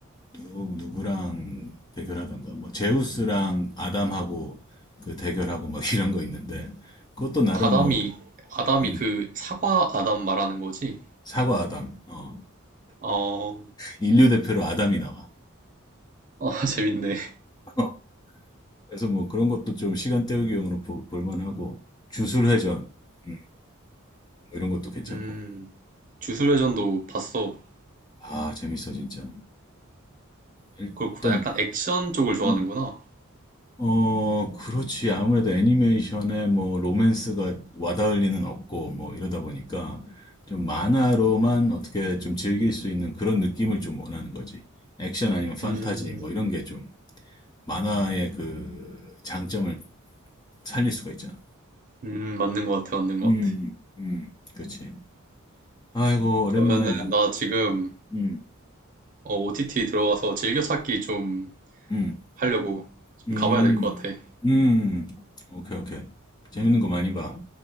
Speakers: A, on the left (about 20°); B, on the right (about 40°).
A: 누구 누구랑 대결하던가 뭐 제우스랑 아담하고 그 대결하고 막 <laughs> 이런 거 있는데 그것도 나름
B: 아담이,
A: 뭐
B: 아담이
A: 음,
B: 그 사과 아담 말하는 거지?
A: 사과 아담 어,
B: 어, 아,
A: 인류 대표로 아담이 나와.
B: <laughs> 재밌네.
A: <laughs> 그래서 뭐 그런 것도 좀 시간 때우기용으로 보- 볼만하고 주술회전 음, 뭐 이런 것도 괜찮고
B: 음, 주술회전도 봤어.
A: 아 재밌어 진짜 일단
B: 그렇구나. 약간 액션 쪽을 좋아하는구나.
A: 음. 어, 그렇지. 아무래도 애니메이션에 뭐 로맨스가 와닿을 리는 없고 뭐 이러다 보니까 좀 만화로만 어떻게 좀 즐길 수 있는 그런 느낌을 좀 원하는 거지. 액션 아니면 판타지
B: 음,
A: 뭐 이런 게 좀 만화의 그 장점을 살릴 수가 있잖아.
B: 음, 맞는 것 같아, 맞는 것
A: 음,
B: 같아.
A: 음, 그렇지. 아이고, 오랜만에
B: 그러면은
A: 막,
B: 나 지금
A: 음,
B: 어, OTT 들어가서 즐겨찾기 좀
A: 음,
B: 하려고 좀
A: 음,
B: 가봐야 될 것 같아.
A: 음. 오케이, 오케이. 재밌는 거 많이 봐.